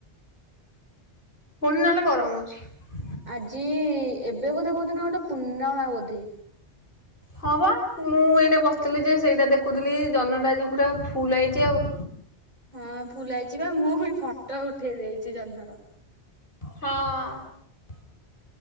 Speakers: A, on the left; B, on the right.
A: ପୁଣି ନହେଲେ ଗରମ ହଉଛି।
B: ଆଜି ଏବେ ବୋଧେ କୋଉଦିନ ଗୋଟେ ପୂର୍ଣ୍ଣମା ବୋଧେ।
A: ହଁ ପା ମୁଁ ଏଇନେ ବସିଥିଲି ଯେ ସେଇଟା ଦେଖୁଥିଲି ଜହ୍ନ ଟା ଆଜି ପୁରା ଫୁଲ ଆଇଚି ଆଉ।
B: ହଁ ଫୁଲ୍ ଆଇଚି ପା ମୁଁ ବି ଫଟୋ ଉଠେଇ ଦେଇଚି ଜହ୍ନର।
A: ହଁ।